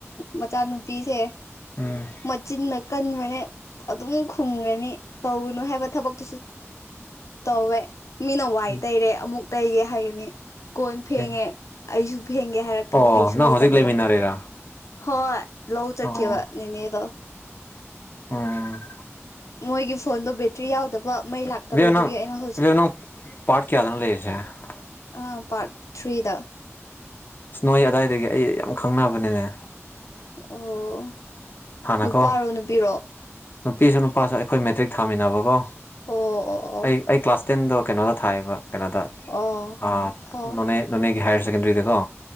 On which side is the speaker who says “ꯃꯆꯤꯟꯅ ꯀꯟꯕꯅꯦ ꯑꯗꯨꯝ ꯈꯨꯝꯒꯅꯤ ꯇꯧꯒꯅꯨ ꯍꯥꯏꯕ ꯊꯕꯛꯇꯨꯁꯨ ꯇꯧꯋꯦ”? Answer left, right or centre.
Left